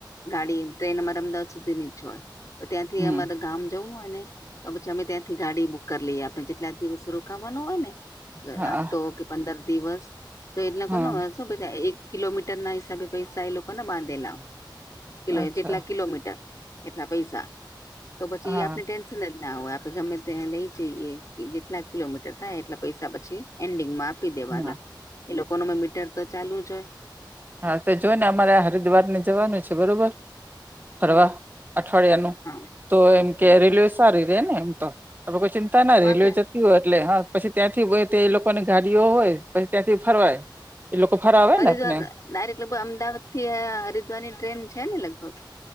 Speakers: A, on the left (about 45°); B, on the right (about 25°).
A: ગાડી ટ્રેન અમારે અમદાવાદ સુધીની જ હોય તો ત્યાંથી
B: હમ
A: અમારા ગામ જવું હોય ને તો પછી અમે ત્યાંથી ગાડી બુક કરી લઈએ આપણે જેટલા દિવસે રોકાવાનું હોય ને
B: હા
A: હપ્તો કે પંદર દિવસ તો એટલે
B: હા
A: કોનુસ એક કિલોમીટર ના હિસાબે પૈસા એ લોકો ના બાંધેલા હોય કિલો હોય
B: અચ્છા
A: જેટલા કિલોમીટર એટલા પૈસા તો પછી
B: હા
A: આપણે ટેન્શન ના હોય આપે ગમે ત્યા લઈ જઈએ જેટલા કિલોમીટર થાય એટલા પૈસા પછી એન્ડિંગમાં આપી દેવાના
B: હા
A: એ લોકો નુ મીટર તો ચાલુ જ હોય
B: હા તો જો ને અમારે હરિદ્વાર ને જવાનું છે બરોબર
A: હમ,
B: ફરવા અઠવાડિયા નુ
A: હા
B: તો એમ
A: હમ,
B: કે રેલવે સારી રે ને એમ તો આપે કોઈ ચિંતા ના
A: હા
B: રેલવે
A: તો
B: જતી હોય એટલે હા પછી ત્યાંથી તે એ લોકો લોકોની ગાડીઓ હોય પછી ત્યાંથી ફરવાય એ લોકો ફરવે
A: હરિદ્વાર
B: ને આપને
A: ડાયરેક્ટ લગભગ અમદાવાદ થી હરિદ્વાર ની ટ્રેન છે ને લગભગ